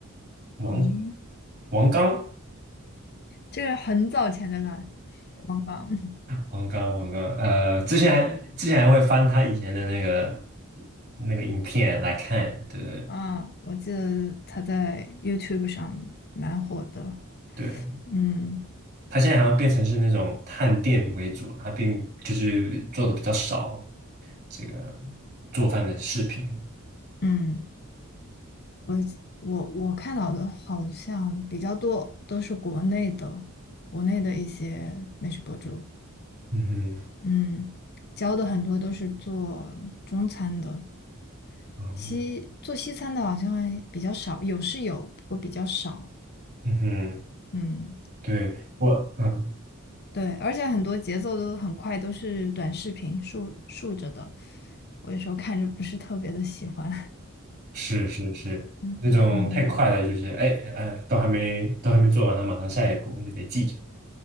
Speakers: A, on the right (about 50°); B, on the left (about 50°).
A: 王
B: 嗯，
A: 王刚，
B: 这个很早前的了，王刚
A: 王刚王刚，呃，之前还之前还会翻他以前的那个那个影片来看，对对
B: <laughs> 啊，我记得他在 YouTube 上蛮火的。
A: 对。
B: 嗯
A: 它现在好像变成是那种探店为主了，它并就是做的比较少这个做饭的视频。
B: 嗯。我我我看到的好像比较多都是国内的，国内的一些美食博主，
A: 嗯哼，
B: 嗯，教的很多都是做中餐的，
A: 嗯
B: 西做西餐的好像还比较少，有是有，不过比较少，
A: 嗯哼，
B: 嗯，
A: 对，我，嗯，
B: 对，而且很多节奏都很快，都是短视频竖竖着的，我有时候看着不是特别的喜欢，
A: 是是是，
B: <laughs> 嗯嗯，
A: 那种太快了，就是哎呃，都还没都还没做完，它马上下一步就得记着。